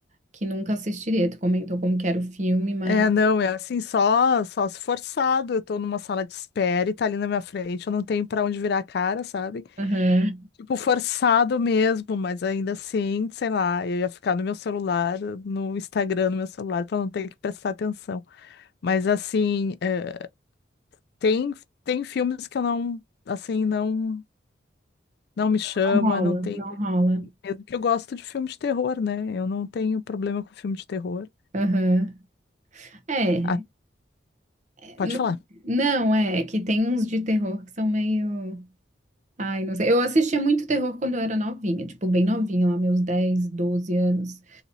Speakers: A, on the right; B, on the left.
A: que nunca assistiria. Tu comentou como que era o filme, mas.
B: É, não, é assim, só, só se forçado. Eu tô numa sala de espera e tá ali na minha frente, eu não tenho pra onde virar a cara, sabe?
A: Aham.
B: Tipo, forçado mesmo, mas ainda assim, sei lá, eu ia ficar no meu celular, no Instagram, no meu celular, pra não ter que prestar atenção. Mas assim, é, tem, tem filmes que eu não, assim, não. Não me chama,
A: Não rola,
B: não tem.
A: não rola.
B: Mesmo que eu gosto de filme de terror, né? Eu não tenho problema com filme de terror.
A: Aham. É.
B: Ah,
A: é,
B: pode
A: Não,
B: falar.
A: não, é é que tem uns de terror que são meio. Ai, não sei. Eu assistia muito terror quando eu era novinha, tipo, bem novinha, lá, meus 10, 12 anos.